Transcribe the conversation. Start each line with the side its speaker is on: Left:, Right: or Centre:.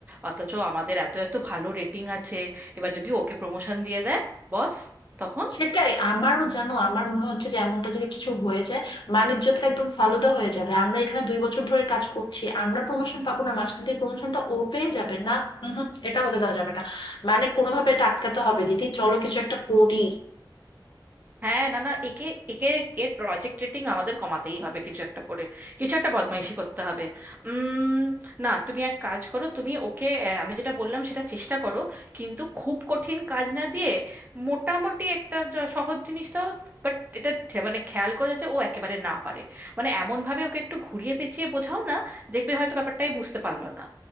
Right: অথচ আমাদের এত এত ভালো রেটিং আছে এবার যদি ওকে প্রমোশন দিয়ে দেয় বস তখন
Left: সেটাই আমারও জানো আমার মনে হচ্ছে যে এমনটা যদি কিছু হয়ে যায় বাণিজ্য তো একদম ফালুদা হয়ে যাবে আমরা এখানে দুই বছর ধরে কাজ করছি আমরা প্রমোশন পাবো না মাঝখান দিয়ে প্রমোশনটা ও পেয়ে যাবে না উহুম, এটা হতে দেওয়া যাবে না মানে কোনোভাবে এটা আটকাতে হবে দিদি চলো কিছু একটা করি
Right: হ্যাঁ না না একে একে এর প্রজেক্ট রেটিং আমাদের কমাতেই হবে কিছু একটা করে কিছু একটা বদমাইশি করতে হবে উম না তুমি এক কাজ করো তুমি ওকে আহ, আমি যেটা বললাম সেটা চেষ্টা করো কিন্তু খুব কঠিন কাজ না দিয়ে মোটামুটি একটা জ- সহজ জিনিস দাও বাট এটা থে- মানে খেয়াল করে যাতে ও একেবারে না পারে মানে এমন ভাবে ওকে একটু ঘুরিয়ে পেঁচিয়ে বোঝাও না দেখবে হয়তো ব্যাপারটাই বুঝতে পারলো না